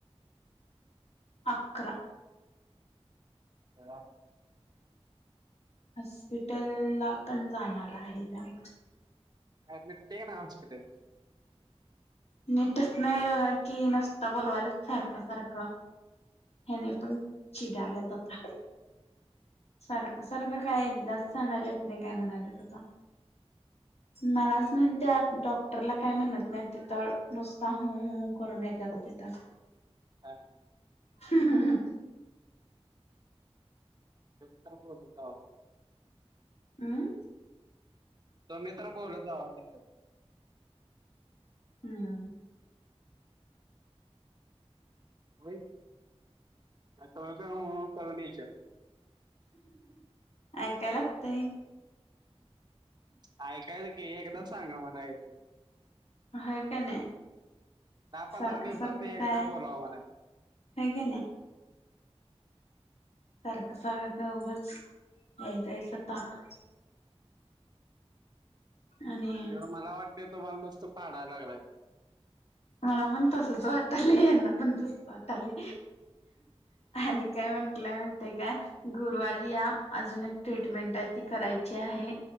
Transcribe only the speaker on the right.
करा.
आज मिटतय ना हॉस्पिटल?
का
का ब का <unintelligible>
तुम्ही तर बोलत जावा की.
<unintelligible> हु हु करत येशील.
ऐकायच की एकदाच सांगा म्हणायच.
दहा पंधरा
दिवसातन
एकदा
बोलवा म्हणायच.
त्यो मला वाटत तुम्हाला नुसत फाडाय लागलाय.
हा